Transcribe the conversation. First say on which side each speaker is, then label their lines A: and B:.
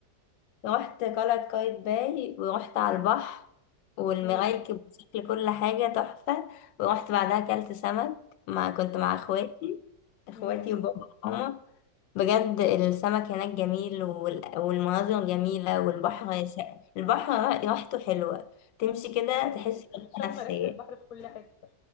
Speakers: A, on the left; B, on the left.
A: رحت قلعة قايتباي ورحت على البحر والمرايكب
B: امم
A: بشكل كل حاجة تحفة ورحت بعدها أكلت سمك مع كنت
B: أوه.
A: مع اخواتي اخواتي
B: امم
A: وبابا وماما بجد السمك هناك جميل وال- والمناظر جميلة والبحر ش... البحر ر- ريحته حلوة تمشي كده
B: دي حقيقة
A: تحس براحة
B: شم
A: نفسية
B: ريحة البحر في كل حتة